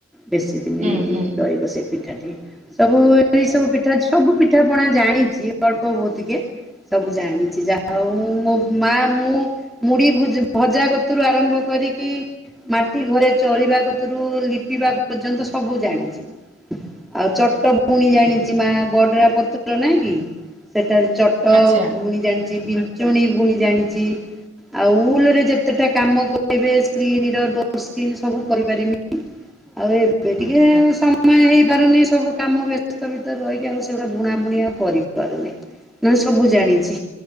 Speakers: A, in the centre; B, on the right (about 35°).
A: ବେଶି ଦିନି
B: ହୁଁ ହୁଁ
A: ରହିବ ସେଇ ପିଠା। ସବୁ ଏଇ ସବୁ ପିଠା ସବୁ ପିଠା ପଣା ଜାଣିଛି ଅଳ୍ପ ବହୁତ୍ କେ। ସବୁ ଜାଣିଛି ଯାହା ହଉ ମୋ ମା ମୁଁ ମୁଢି ଭୁ ଭଜା କତିରୁ ଆରମ୍ଭ କରିକି ମାଟି ଘରେ ଚଳିବା କତୁରୁ ଲିପିବା ପର୍ଯ୍ୟନ୍ତ ସବୁ ଜାଣିଚି। ଆଉ ଚଟ କୁଣୀ ଜାଣିଛି ମା ବଡ଼ରା ପତର ନାଇଁ କି ସେଟାରେ ଚଟବୁଣି
B: ଆଚ୍ଛା
A: ଜାଣିଛି ବିଞ୍ଚୁଣି ବୁଣି ଜାଣିଛି ଆଉ ଉଲ୍ ରେ ଯେ କେତେଟା କାମ କରିବେ ସ୍କ୍ରିନ୍ ର ଡୋର୍ ସ୍କ୍ରିନ ସବୁ କରିପାରିବି। ଆଉ ଏବେ ଟିକେ
B: ଆଚ୍ଛା
A: ସମୟ ହେଇ ପାରୁନି ସବୁ କାମ ବ୍ୟସ୍ତତା ଭିତରେ ରହିକି ଆଉ ସେଗୁଡା଼ ବୁଣା ବୁଣି ଆଉ କରିପାରୁନି। ନା ସବୁ ଜାଣିଚି।